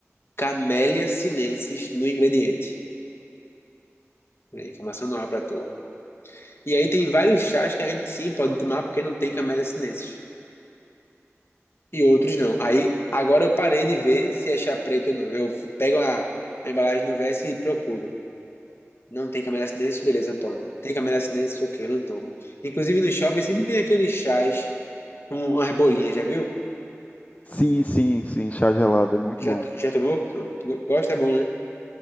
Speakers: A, on the left; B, on the left.
A: Camellia sinensis no ingrediente. É, Informação nova pra tu. ó. E aí tem vários chás que a gente sim pode tomar porque não tem Camellia sinensis. e outros não. Aí agora eu parei de ver se achar preto ou não. Eu pego a, a embalagem no Vest e procuro. Não tem Camélia Sinensis, beleza, eu tomo. Tem Camélia Sinensis, ok, eu não tomo. Inclusive no shopping sempre tem aqueles chás com umas bolinhas, já viu?
B: Sim, sim, sim, chá gelado é muito
A: Já,
B: bom.
A: to- já tomou? Não, tu Gosta, é bom, né?